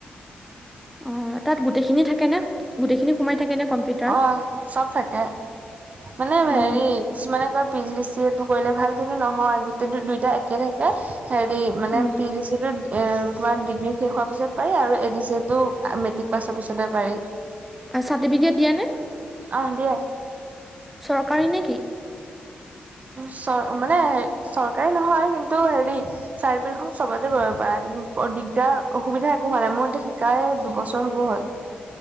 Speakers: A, in the centre; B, on the right (about 45°).
A: অঁ', তা'ত গোটেইখিনি থাকে নে? গোটেইখিনি সোমাই থাকে নে কম্পিউটাৰ
B: অঁ', চব থাকে। মানে হেৰি
A: অ
B: কিছুমানে কয়- P G D C A টো কৰিলে ভাল, কিন্তু নহয় গোটেইটো দুইটা একে থাকে হেৰি- মানে
A: উম
B: P G D C A টো- এ তোমাৰ ডিগ্ৰী শেষ হোৱাৰ পিছত পাৰি আৰু এ ডি চি এ টো মেট্ৰিক পাছৰ পিছতে পাৰি।
A: চাৰ্টিফিকেট দিয়ে নে?
B: অঁ', -দিয়ে।
A: চৰকাৰী নে কি?
B: চ' মানে চৰকাৰী নহয় কিন্তু হেৰি- চাৰ্টিফিকেটখন চবতে কৰিব পাৰা কিন্তু বৰ দিগদাৰ অসুবিধা একো হোৱা নাই মোৰ এতিয়া শিকাই- দুবছৰ হ'ব হ'ল।